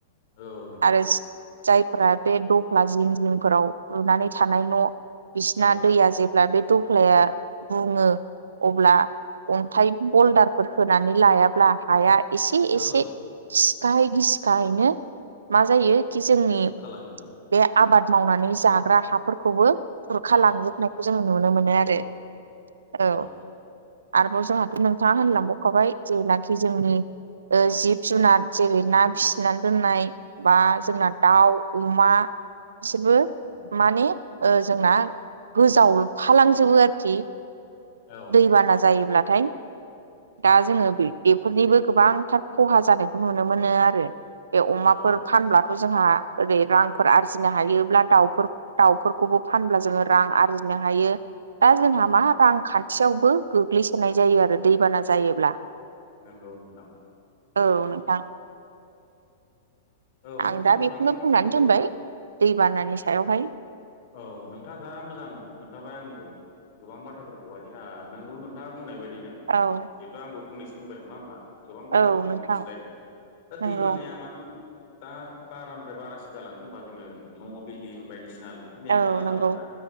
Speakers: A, on the left (about 50°); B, on the right (about 75°).
A: औ नोंथां
B: आरो जायफ्रा बे दख्ला जिं जिंफोराव लुनानै थानाय न' बिसिना
A: औ
B: दैया जेब्ला बे दफ्लाया बुङो, अब्ला अन्थाइ बलदारफोर होनानै लायाब्ला हाया एसे एसे
A: औ
B: गिसिखाहै गिसिखाहैनो मा जायो कि जोंनि
A: सुर खालामजोबो
B: बे आबाद मावनानै जाग्रा हाफोरखौबो खुरखा
A: औ
B: लांजोबनायखौ जोङो नुनो मोनो आरो
A: औ नंगौ
B: औ- आरोबाव जोंहाथ' नोंथाङा होनलांबावखाबाय जेनाखि जोंनि जिब जुनार जेरै ना फिसिनानै दोननाय बा जोंना
A: उम
B: दाउ अमा बिसोरबो
A: उम-
B: माने ओ- जोंना गोजावफालांजोबो आरोखि
A: औ
B: दैबाना जायोब्लाथाय, दा
A: नंगौ
B: जोङो
A: नंगौ
B: बे बेफोरनिबो गोबांथार खहा जानायखौ नुनो मोनो आरो। बे अमाफोर
A: औ
B: फानब्लाथ' जोंहा ओरै रां फोर आरजिनो हायोब्ला दाउफोर दाउफोरखौबो फानब्ला जोङो रां आरजिनो हायो। दा जोंहा
A: औ
B: मा रांखान्थियावबो गोग्लैसोनाय जायो आरो दैबाना जायोब्ला।
A: नंगौ नोंथां थारैनो
B: औ नोंथां
A: औ
B: आं दा
A: नोंथाङाबोथ'
B: बेखौनो बुंनानै दोनबाय दैबानानि सायावहाय
A: औ- नोंथाङा जा मोजां खोन्थाबाय आंनो गोबां बाथ्राफोरखौहाय ओ- नोंगौ नोंथाङा बुंनाय बायदिनो
B: औ-
A: जिहथु आंबो फंनैसो बुंबाय नङा होमबा गोबां बाथ्राखौ
B: औ
A: जों
B: नोंथां
A: मिथिलायदों दा
B: नंगौ
A: दै बानाया मानो दा बारानिफ्राय बारासिन जालांखो होमबा जोङो न' बिल्दिं बायदिसिना नाया
B: औ
A: बारा
B: नंगौ
A: जाबायना।